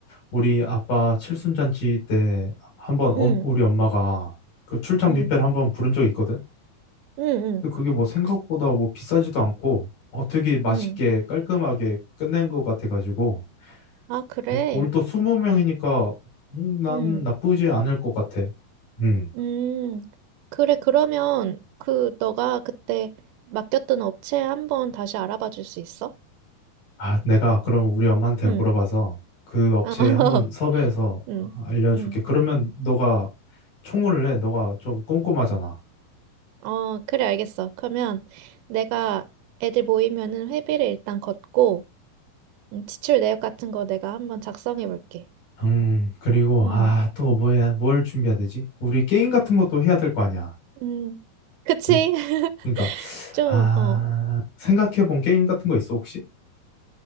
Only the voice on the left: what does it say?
우리 아빠 칠순잔치 때 한번 엄-
우리 엄마가 그 출장
뷔페를 한번 부른 적이 있거든?
근데 그게 뭐 생각보다 뭐 비싸지도 않고, 어, 되게 맛있게
깔끔하게 끝낸 것 같아가지고,
오, 우리 또 20명이니까 난
나쁘지 않을 것 같아. 음.
아, 내가 그럼 우리 엄마한테
물어봐서 그 업체에
한번 섭외해서
알려줄게.
그러면 너가 총무를 해. 너가 좀 꼼꼼하잖아.
음, 그리고
아, 또 뭐야? 뭘 준비해야 되지? 우리 게임 같은 것도 해야 될 거 아니야.
그,
그러니까
아,
생각해본 게임 같은 거 있어, 혹시?